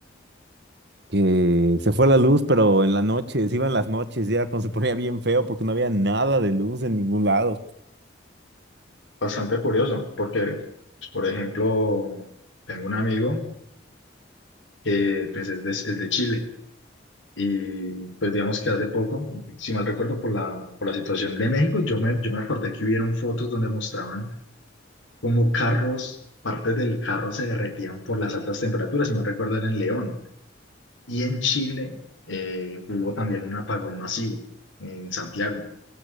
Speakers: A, on the right; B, on the left.
A: que se fue la luz, pero en la noche, se iban las noches y era cuando se ponía bien feo porque no había nada de luz en ningún lado.
B: bastante curioso, porque, pues, por ejemplo, tengo un amigo que pues, es de, es de Chile y pues digamos que hace poco, si mal recuerdo por la, por la situación de México, yo me, yo me acordé que hubieron fotos donde mostraban cómo carros, partes del carro se derretían por las altas temperaturas, si mal recuerdo era en León. Y en Chile eh, hubo también un apagón masivo en Santiago.